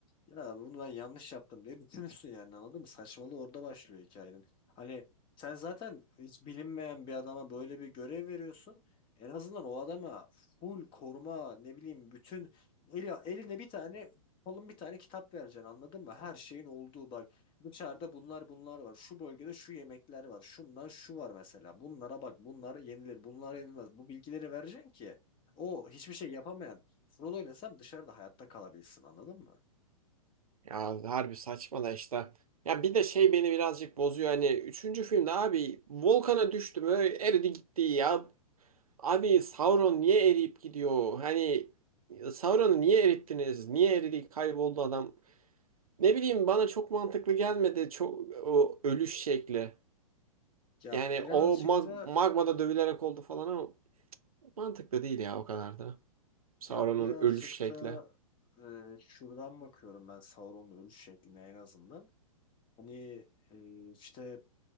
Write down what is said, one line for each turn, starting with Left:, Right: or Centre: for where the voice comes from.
Left: ya bunu ben yanlış yaptım diye düşünürsün yani anladın mı? Saçmalığı orada başlıyor hikayenin. Hani sen zaten hiç bilinmeyen bir adama böyle bir görev veriyorsun. En azından o adama full koruma ne bileyim bütün eli, eline bir tane kalın bir tane kitap vereceksin anladın mı? Her şeyin olduğu bak dışarıda bunlar bunlar var. Şu bölgede şu yemekler var. Şundan şu var mesela. Bunlara bak bunlar yenilir bunlar yenilmez. Bu bilgileri vereceksin ki o hiçbir şey yapamayan Frodo ile Sam dışarıda hayatta kalabilsin anladın mı?
Right: Ya harbi saçma da işte. Ya bir de şey beni birazcık bozuyor. Hani üçüncü filmde abi volkana düştü mü eridi gitti ya. Abi Sauron niye eriyip gidiyor? Hani Sauron'u niye erittiniz? Niye eridi, kayboldu adam? Ne bileyim bana çok mantıklı gelmedi çok o ölüş şekli.
Left: Ya
Right: Yani
Left: birazcık
Right: o mag
Left: da
Right: magmada dövülerek oldu falan ama mantıklı değil ya o kadar da. Sauron'un
Left: ya birazcık
Right: ölüş şekli.
Left: da e, şuradan bakıyorum ben Sauron'un ölüş şekline en azından. Hani e, işte